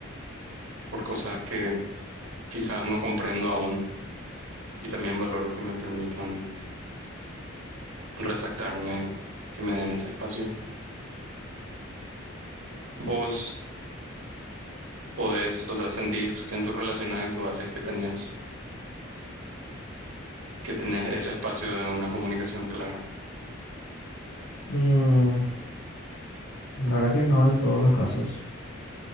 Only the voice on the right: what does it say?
por cosas que quizás no comprendo aún, y también valoro que me permitan retractarme, que me den ese espacio. Vos podés, o sea, sentís en tus relaciones actuales que tenés, que tenés ese espacio de una comunicación clara.